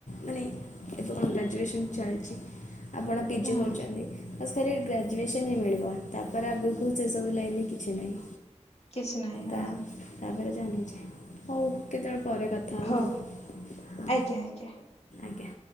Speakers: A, on the left; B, on the left.
A: ମାନେ ଏବେ କଣ ଗ୍ରାଜୁଏସନ୍ ଚାଲିଚି, ଆପଣ ପିଜି
B: ହଁ
A: କରୁଚନ୍ତି। ବାସ୍ ଖାଲି ଗ୍ରାଜୁଏସନ୍ ହିଁ ମିଳିବ। ତାପରେ ଆଗୁକୁ ସେ ସବୁ ଲାଇନ୍ ରେ କିଛି ନାହିଁ।
B: କିଛି ନାହିଁ ହଁ।
A: ତା ତାପରେ ଜାଣିଚି ହଉ କେତବଳେ ପରେ କଥା ହେବା
B: ହଉ
A: ଆଉ ହଁ
B: ଆଜ୍ଞା, ଆଜ୍ଞା।
A: ଆଜ୍ଞା